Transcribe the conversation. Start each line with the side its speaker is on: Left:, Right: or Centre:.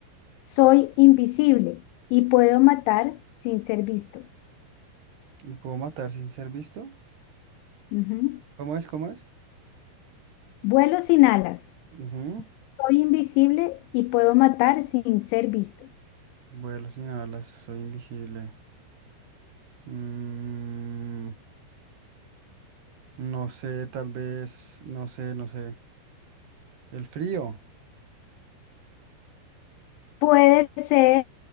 Left: Soy invisible y puedo matar sin ser visto.
Right: ¿me puedo matar sin ser visto?
Left: Ujú.
Right: ¿Cómo es? ¿Cómo es?
Left: Vuelo sin alas.
Right: Ujú.
Left: Soy invisible y puedo matar sin ser visto.
Right: Vuelo sin alas, soy invisible. Mm, no sé, tal vez, no sé, no sé. El frío,
Left: Puede ser,